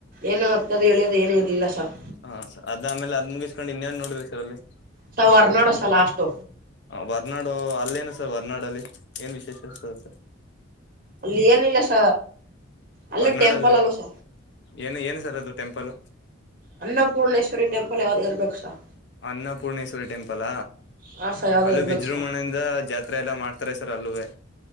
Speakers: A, on the right; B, on the left.
A: ಏನು ಹತ್ತದ ಇಳಿಯದು ಏನು ಇರ್ಲಿಲ್ಲ ಸರ್.
B: ಹಾ ಸರ್ ಅದ್ ಆಮೇಲೆ ಅದ್ ಮುಗಿಸ್ಕೊಂಡು ಇನ್ನೇನ್ ನೋಡ್ರಿ ಸರ್ ಅಲ್ಲಿ.
A: ಸ ಹೊರ್ನಾಡಸಲ್ಲ ಲಾಸ್ಟ್.
B: ವರ್ನಾಡು ಅಲ್ಲೇನು ಸರ್ ವರ್ನಾಡಲ್ಲಿ ಏನ್ ವಿಶೇಷ ಸರ್.
A: ಅಲ್ಲಿ ಏನ ಇಲ್ಲ ಸ ಅಲ್ಲಿ
B: ಹೊರ್ನಾಡಲ್ಲಿ
A: ಟೆಂಪಲ್ ಅಲ್ವಾ ಸ
B: ಏನು ಏನು ಸರ್ ಅದು ಟೆಂಪಲ್
A: ಅನ್ನಪೂರ್ಣೇಶ್ವರಿ ಟೆಂಪಲ್ ಯಾವ್ದೇ ಇರ್ಬೇಕು ಸ
B: ಅನ್ನಪೂರ್ಣೇಶ್ವರಿ ಟೆಂಪಲ್
A: ಹಾ ಸಾ ಯಾವ್ದೋ
B: ಅಲ್ಲೂ
A: ಇರ್ಬೇಕು
B: ವಿಜೃಂಭಣೆ
A: ಸಾ
B: ಜಾತ್ರೆ ಎಲ್ಲ ಮಾಡ್ತಾರೆ ಸರ್ ಅಲ್ಲೇ